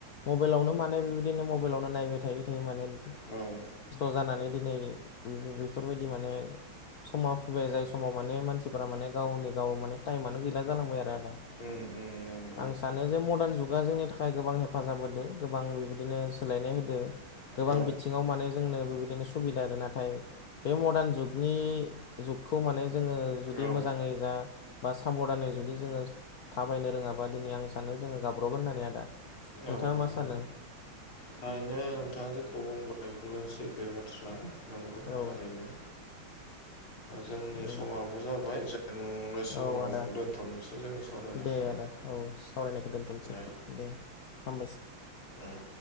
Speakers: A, on the left; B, on the left.
A: मबाइलावनो माने बेबायदिनो मबाइलावनो नायबाय थायै थायो माने
B: औ
A: खस्थ' जानानै दिनै बेफोरबायदि माने समा फैबाय जाय समाव माने मानसिफोरा माने गावनि गाव माने टाइमानो गैला जालांबाय आरो आदा
B: नंगौ
A: आं सानो जे मडार्न जुगा जोंनि थाखाय गोबां हेल्प हेफाजाब होदो गोबां बिबायदिनो सोलायनाय होदो गोबां
B: औ नंगौ औ
A: बिथि सिङाव माने जोंनो बेबायदिनो सुबिदा आरो नाथाय बे मडार्न जुगनि जुगखौ माने जोङो जुदि
B: औ नंगौ औ
A: मोजाङै जा बा साबधानै जुदि जोङो थाबायनो रोङाबा दिनै आं सानो जोङो गाबब्र'गोन होननानै आदा। नोंथाङा
B: औ नंगौ।
A: मा सानो
B: थारैनो नोंथाङा जेखौ बुंबाय बेफोरो सैथो बाथ्रा। नांगौ
A: औ
B: थारैनो जोंनि
A: औ
B: समाबो जाबाय जों बे समाव
A: औ आदा
B: दोनथ'नोसै जोंनि सावरायनायखौ
A: दे आदा औ सावरायनायखौ दोनथ'सै
B: दे
A: दे। हामबायसै।
B: उम